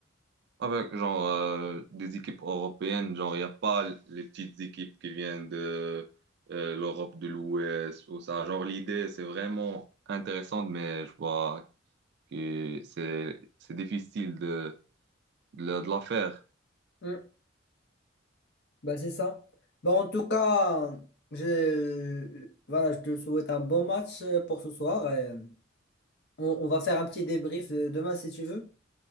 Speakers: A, on the right; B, on the left.
A: avec, genre, euh, des équipes européennes. Genre, il n'y a pas les petites équipes qui viennent de euh, l'Europe de l'Ouest ou ça. Genre, l'idée, c'est vraiment intéressante, mais je vois que c'est, c'est difficile de, de la de la faire.
B: Mm. Bah, c'est ça. Bah, en tout cas, je, voilà, je te souhaite un bon match euh, pour ce soir. et, On, on va faire un petit débrief euh, demain si tu veux.